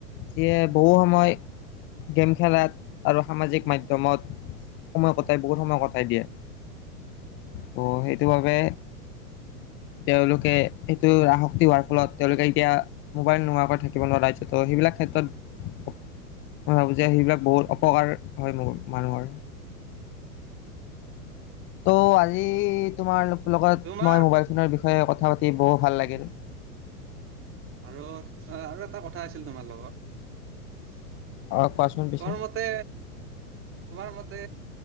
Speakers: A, on the left; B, on the right.
A: যিয়ে বহু সময় গেম খেলাত আৰু সামাজিক মাধ্যমত সময় কটাই বহুত সময় কটাই দিয়ে। ত' সেইটো বাবে, তেওঁলোকে সেইটো আসক্তি হোৱাৰ ফলত তেওঁলোকে এতিয়া মোবাইল নোোৱাৰ পৰা থাকিব নোৱাৰা ত' সেইবিলাক ক্ষেত্ৰত মই ভাবো যে সেইবিলাক বহুত অপকাৰ হয় মোৰ মানুহৰ। ত' আজি তোমাৰ লগত
B: তোমাৰ
A: মই মোবাইল ফোনৰ বিষ কথা পাতি বহু ভাল লাগিল।
B: আৰু আৰু এটা কথা আছিল তোমাৰ লগত।
A: অ' কোৱাচোন পিছে।
B: তোমাৰ মতে তোমাৰ মতে